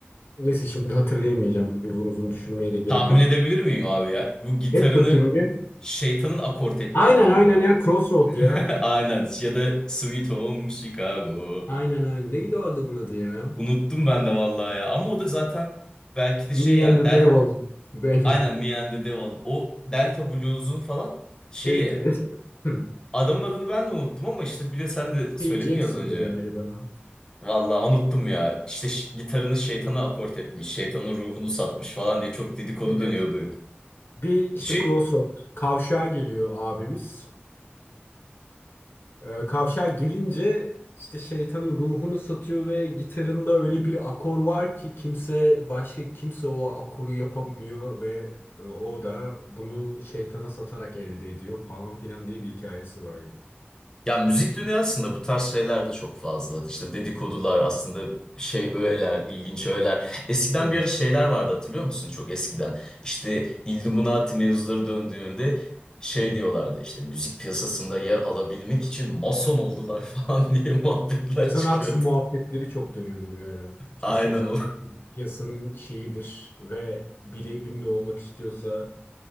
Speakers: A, on the left; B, on the left.
A: Neyse şimdi hatırlayamayacağım. Uzun uzun düşünmeye de gerek
B: Tahmin
A: yok.
B: edebilir miyim abi ya? Bu gitarını
A: Et bakayım bir.
B: şeytanın akort ettiği
A: Aynen
B: adam
A: aynen
B: mı?
A: ya Crossroad ya.
B: <laughs> Aynen ya da Sweet Home Chicago.
A: Aynen aynen. Neydi o adamın adı ya?
B: Unuttum ben de vallahi ya. Ama o da zaten belki de
A: Me
B: şey yani
A: and the
B: Del
A: Devil. Benim.
B: aynen
A: <laughs>
B: Me and the Devil. O Delta Blues'un falan şeyi.
A: Evet evet. Hı.
B: Adamın adını ben de unuttum ama işte biliyor sen de
A: P.
B: söyledin
A: Jackson'dı
B: ya az önce.
A: galiba.
B: Vallahi unuttum ya. İşte ş- gitarını şeytana akort etmiş. Şeytanın ruhunu satmış falan diye çok dedikodu
A: Evet.
B: dönüyordu.
A: Bir işte
B: Şey
A: Crossroad. Kavşağa geliyor abimiz. Ee, Kavşağa gelince işte şeytanın ruhunu satıyor ve gitarında öyle bir akor var ki kimse başka kimse o akoru yapamıyor ve e, o da bunu şeytana satarak elde ediyor falan filan diye bir hikayesi vardı.
B: Ya müzik dünyasında bu tarz şeyler de çok fazla. İşte dedikodular aslında şey öğeler, ilginç öğeler. Eskiden
A: Evet.
B: bir ara şeyler vardı hatırlıyor musun? Çok eskiden. İşte Illuminati mevzuları döndüğünde şey
A: Hı hı.
B: diyorlardı işte müzik piyasasında yer alabilmek için mason oldular <laughs> falan diye muhabbetler
A: Sezen
B: çıkıyordu.
A: Aksu muhabbetleri çok dönüyordu bir ara. İşte
B: Aynen
A: Sezen Aksu piyasanın şeyidir ve biri ünlü olmak istiyorsa